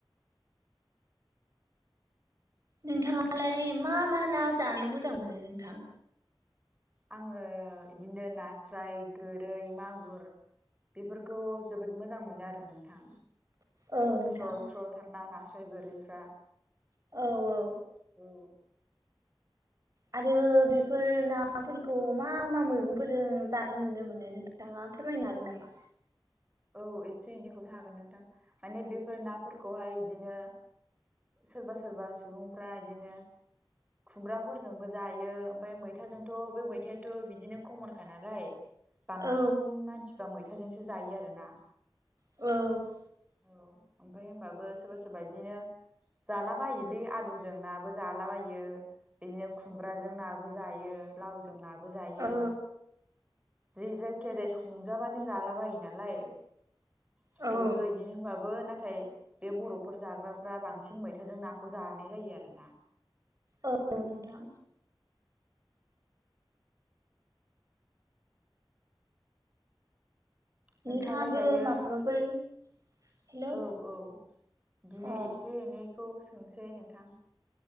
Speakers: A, on the right; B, on the right.
A: नोंथाङालाय मा मा ना जानो मोजां मोनो नोंथां?
B: आङो बिदिनो नास्राय गोरै मागुर बेफोरखौ जोबोद मोजां मोनो आरो नोंथां।
A: औ नोंथां
B: स्र' स्र'थारना नास्राय गोरैफ्रा
A: औ औ
B: औ
A: आरो बेफोर नाफोरखौ
B: औ
A: मा मा मैगंफोरजों जानाय नुनो मोनो नोंथाङा फोरमायनो हागोन नामा?
B: औ एसे एनैखौल हागोन नोंथां माने बेफोर नाफोरखौहाय इदिनो सोरबा सोरबा सुबुंफ्रा इदिनो खुमब्राफोरजोंबो जायो ओमफ्राय मैथाजोंथ' बे मैथायाथ' बिदिनो खमनखा नालाय बांसिन
A: औ
B: मानसिफ्रा मैथाजोंसो जायो आरोना।
A: औ
B: औ ओमफ्राय होनबाबो सोरबा सोरबा इदिनो जालाबायोलै आलुजों नाबो जालाबायो बिदिनो खुमब्राजों नाबो जायो लाव जोंनाबो जायो
A: औ
B: जे जायखिया जाया संजाबानो जाला बायो नालाय नालाय
A: औ
B: बयबो बिदिनो होनबाबो नाथाय बे बर' फोर जाग्राफ्रा बांसिन मैथाजों नाखौ जानाय जायो आरो ना
A: औ नोंथां
B: नोंथाङालाय
A: नोंथाङाबो
B: दायो
A: माबाफोर हेलौ
B: औ औ बिदिनो
A: अ
B: एसे एनैखौ सोंसै नोंथां